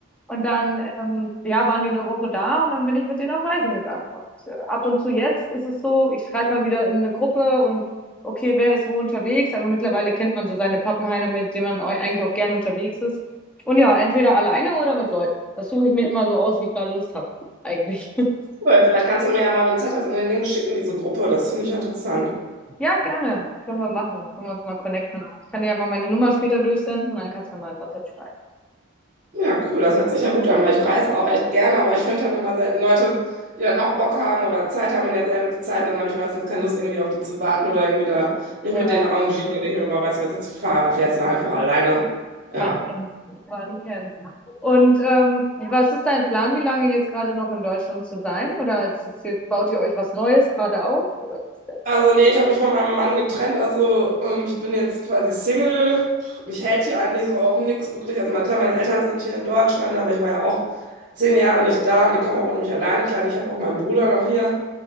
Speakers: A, in the centre; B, on the right.
A: Und dann, ähm, ja, waren die eine Woche da und dann bin ich mit denen auf Reisen gegangen. Und äh, ab und zu jetzt ist es so, ich schreibe mal wieder in eine Gruppe und okay, wer ist wo unterwegs, aber mittlerweile kennt man so seine Pappenheimer, mit denen man au- eigentlich auch gern unterwegs ist. Und ja, entweder alleine oder mit Leuten. Das suche ich mir immer so aus, wie ich gerade Lust habe, eigentlich. <laughs>
B: cool. Vielleicht kannst du mir ja mal, wenn du Zeit hast, in den Link schicken, diese Gruppe. Das finde ich interessant.
A: Ja, gerne. Können wir machen. Können wir uns mal connecten. Ich kann dir ja mal meine Nummer später durchsenden, dann kannst du mir mal ein WhatsApp schreiben.
B: Ja, cool, das hört sich ja gut an, weil ich reise auch echt gerne, aber ich finde dann immer selten Leute, die dann auch Bock haben oder Zeit haben in derselben Zeit und dann habe ich meistens keine Lust, irgendwie auf die zu warten oder irgendwie da mich
A: Äh,
B: mit denen arrangieren und denke ich mir, boah, weißt du was, jetzt fahr, fährst du einfach alleine. Ja.
A: Man kennt's, man kennt's. Und ähm, was ist dein Plan, wie lange jetzt gerade noch in Deutschland zu sein? Oder ist es jetzt, baut ihr euch was Neues gerade auf? Oder wie ist der
B: Also
A: Plan?
B: nee, ich habe mich von meinem Mann getrennt, also ähm, ich bin jetzt quasi Single. Puh, Mich hält hier eigentlich so auch nichts wirklich. Also mal klar, meine Eltern sind hier in Deutschland, aber ich war ja auch zehn Jahre nicht da und die kommen auch ohne mich alleine. Klar, die- ich habe auch meinen Bruder noch hier.